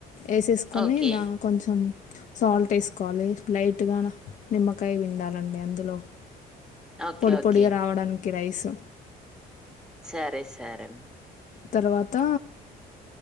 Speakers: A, on the left; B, in the centre.
A: ఏసేసుకొని
B: ఓకే
A: నా కొంచెం సాల్ట్ వేసుకోవాలి లైట్గానా నిమ్మకాయ విండాలండి అందులో
B: ఓకే
A: పొడి
B: ఓకే
A: పొడిగా రావడానికి రైసు
B: సరే సరే
A: తర్వాత